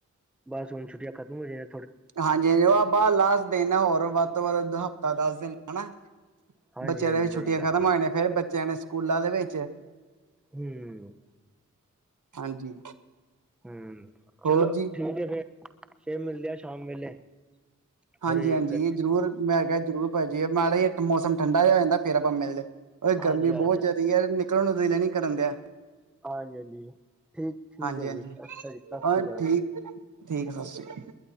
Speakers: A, in the centre; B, on the right.
A: ਬਸ ਹੁਣ ਛੁੱਟੀਆਂ ਖਤਮ ਹੋ ਜਾਣ
B: ਹਾਂਜੀ, ਹਾਂਜੀ ਉਹ ਆਪ ਬਸ ਲਾਸਟ ਦਿਨ ਆ, ਹੋਰ ਵੱਧ ਤੋਂ ਵੱਧ ਹਫ਼ਤਾ ਦਸ ਦਿਨ ਹਨਾ।
A: ਹਾਂਜੀ
B: ਬੱਚਿਆਂ
A: ਹਾਂਜੀ
B: ਦੇ ਵੀ ਛੁੱਟੀਆਂ
A: ਸਹੀ ਗੱਲ
B: ਖਤਮ
A: ਆ
B: ਹੋ ਜਾਣੀਆਂ ਨੇ, ਫਿਰ ਬੱਚਿਆਂ ਨੇ ਸਕੂਲਾਂ ਦੇ ਵਿੱਚ।
A: ਹੂੰ।
B: ਹਾਂਜੀ।
A: ਹੂੰ,
B: ਹੋਰ
A: ਚਲੋ
B: ਜੀ
A: ਠੀਕ ਏ ਫਿਰ, ਫੇਰ ਮਿਲਦੇ ਆ ਸ਼ਾਮ ਵੇਲੇ।
B: ਹਾਂਜੀ,
A: ਥੋੜੀ
B: ਹਾਂਜੀ
A: ਗ
B: ਜ਼ਰੂਰ, ਮੈਂ ਕਿਹਾ ਜ਼ਰੂਰ ਭਾਜੀ, ਮਾੜਾ ਜਿਹਾ ਮੌਸਮ ਠੰਡਾ ਜਿਹਾ ਹੋ ਜਾਂਦਾ, ਫੇਰ ਆਪਾਂ ਮਿਲਦੇ। ਓਏ
A: ਹਾਂਜੀ
B: ਗਰਮੀ
A: ਹਾਂਜੀ
B: ਬਹੁਤ ਜ਼ਿਆਦੀ ਆ, ਨਿਕਲਣ ਨੂੰ ਦਿਲ ਨੀ ਕਰਨ ਦਿਆ।
A: ਹਾਂਜੀ, ਹਾਂਜੀ। ਠੀਕ-ਠੀਕ
B: ਹਾਂਜੀ
A: ਏ
B: ਹਾਂਜੀ
A: ਜੀ, ਅੱਛਾ ਜੀ, ਸਾਸ
B: ਹਾਂ
A: ਰੀ ਕਾਲ।
B: ਠੀਕ ਠੀਕ, ਸਸ ਰੀ ਕਾਲ।